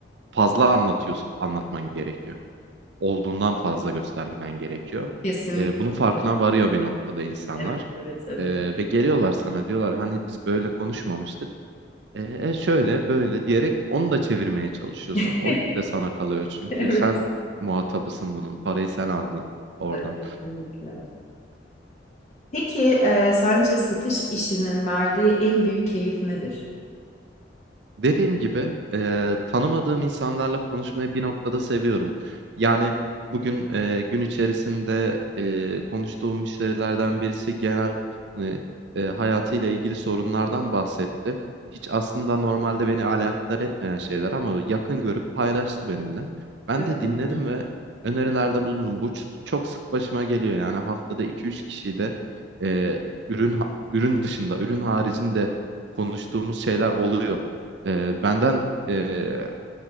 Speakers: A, on the right; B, on the left.
A: fazla anlatıyorsun anlatman gerekiyor olduğundan fazla göstermen gerekiyor.
B: Kesinlikle.
A: E, bunun farkına varıyor bir noktada insanlar.
B: Evet, evet, evet.
A: E, ve geliyorlar sana diyorlar hani biz böyle konuşmamıştık. E, e, şöyle böyle diyerek onu da çevirmeye çalışıyorsun.
B: <laughs>
A: O yük de sana kalıyor çünkü
B: <laughs> Evet.
A: sen muhatabısın bunun. Parayı sen aldın oradan.
B: Kesinlikle. kesinlikle. Peki e, sence satış işinin verdiği en büyük keyif nedir?
A: Dediğim gibi e, tanımadığım insanlarla konuşmayı bir noktada seviyorum. Yani bugün e, gün içerisinde e, konuştuğum müşterilerden birisi genel hani, e, hayatıyla ilgili sorunlardan bahsetti. Hiç aslında normalde beni alakadar etmeyen şeyler ama yakın görüp paylaştı benimle. Ben
B: Evet.
A: de dinledim
B: Hı.
A: ve önerilerde bulundum. Bu ç- çok sık başıma geliyor yani haftada iki üç kişiyle e, ürün ha- ürün dışında, ürün haricinde konuştuğumuz şeyler oluyor. Ee, benden e,